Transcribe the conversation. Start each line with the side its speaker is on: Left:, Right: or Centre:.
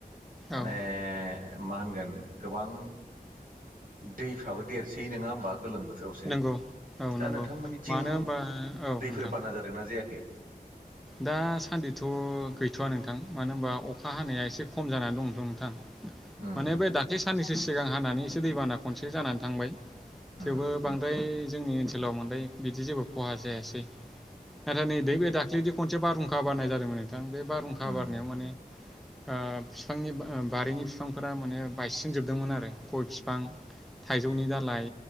Right: माने
Centre: औ
Right: मा होनगोन गोबां दैफ्राबो देरसै नङा होमबा गोलोम बोथोराव बोथोरावसो
Centre: नंगौ औ
Right: दा
Centre: नंगौ
Right: नोंथांमोननिथिं
Centre: मानो होनबा औ
Right: दैफोर
Centre: नोंथां
Right: बाना जादोंना जायाखै।
Centre: दासान्दिथ' गैथ'वा नोंथां मानो होनबा अखा हानाया एसे खम जानानै दंथ' नोंथां।
Right: उम
Centre: माने बे दाख्लै साननैसो सिगां हानानै एसे दैबाना खनसे जानानै थांबाय।
Right: उम
Centre: थेवबो बांद्राय जोंनि ओनसोलाव मोनबाय बिदि जेबो खहा जायासै नाथाय नै दे बे दाख्लिनि बिदि खनसे बारहुंखा बारनाय जादोंमोन नोंथां बे बारहुंखा
Right: उम
Centre: बारनायाव माने ओ बिफांनि बारिनि बिफांफोरा माने बायसिन जोबदोंमोन आरो गय फिफां थाइजौनि दालाइ